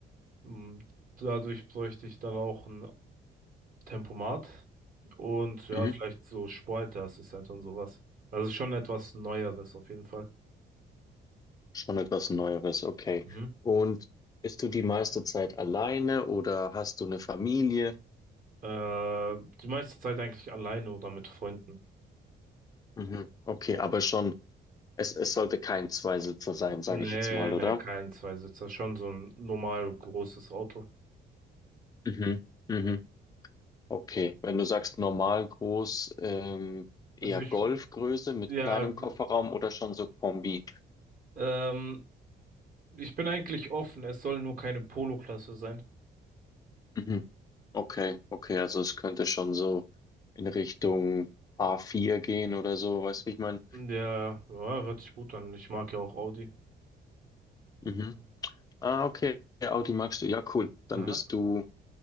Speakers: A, on the right; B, on the left.
A: Mm, Dadurch bräuchte ich dann auch ein Tempomat und ja,
B: Mhm.
A: Mhm. vielleicht so Sportleisterassistent und sowas. Also schon etwas Neueres auf jeden Fall.
B: Schon etwas Neueres, okay.
A: Mhm.
B: Und bist du die meiste Zeit alleine oder hast du eine Familie?
A: Äh, die meiste Zeit eigentlich alleine oder mit Freunden.
B: Mhm. Okay, aber schon, es, es sollte kein Zweisitzer sein, sage
A: Nee,
B: ich jetzt mal,
A: nee,
B: oder?
A: kein Zweisitzer, schon so ein normal großes Auto.
B: Mhm. Mhm. Okay, wenn du sagst normal groß, ähm, eher
A: Also ich,
B: Golfgröße mit
A: ja,
B: kleinem
A: g-
B: Kofferraum oder schon so Kombi?
A: ähm, ich bin eigentlich offen, es soll nur keine Polo-Klasse sein.
B: Mhm. Okay, okay, also es könnte schon so in Richtung a vier gehen oder so, weißt du, wie ich meine?
A: Ja, ja, hört sich gut an. Ich mag ja auch Audi.
B: Mhm. Ah, okay, Audi magst du, ja, cool. Dann
A: Aha.
B: bist du.